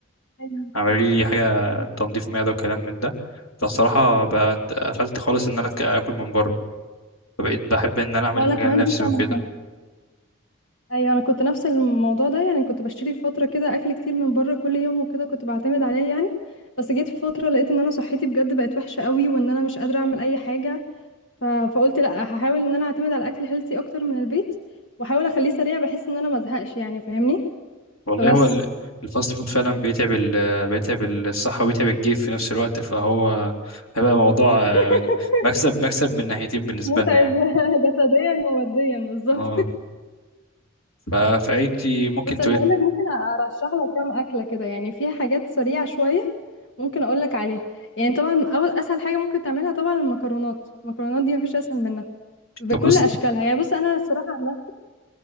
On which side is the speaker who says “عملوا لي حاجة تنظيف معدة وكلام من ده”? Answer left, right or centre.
Left